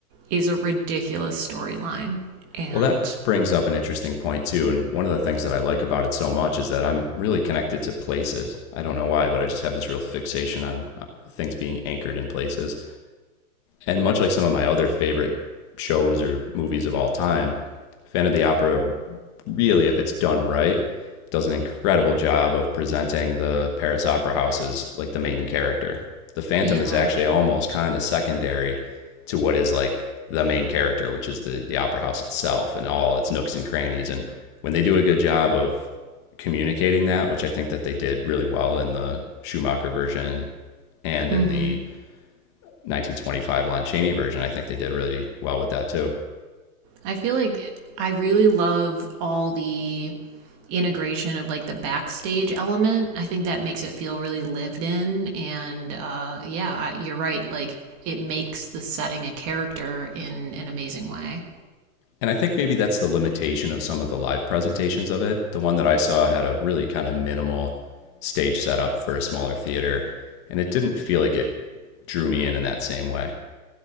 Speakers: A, on the right (about 20°); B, on the left (about 20°).
A: is a ridiculous storyline. And
B: Well, that brings up an interesting point too. And one of the things that I like about it so much is that I'm really connected to places. I don't know why, but I just have this real fixation on uh, things being anchored in places and much like some of my other favorite shows or movies of all time, Fan of the Opera really, if it's done right, does an incredible job of presenting the Paris Opera House as like the main character. The Phantom
A: yeah,
B: is actually almost kind of secondary to what is like the main character, which is the the opera house itself and all its nooks and crannies. And when they do a good job of communicating that, which I think that they did really well in the Schumacher version and
A: hmm
B: in the 1925 Lon Chaney version. I think they did really well with that too.
A: I feel like I really love all the integration of like the backstage element. I think that makes it feel really lived in. And uh, yeah, you're right. Like it makes the setting a character in an amazing way.
B: And I think maybe that's the limitation of some of the live presentations of it. The one that I saw had a really kind of minimal stage setup for a smaller theater, and it didn't feel like it drew me in in that same way.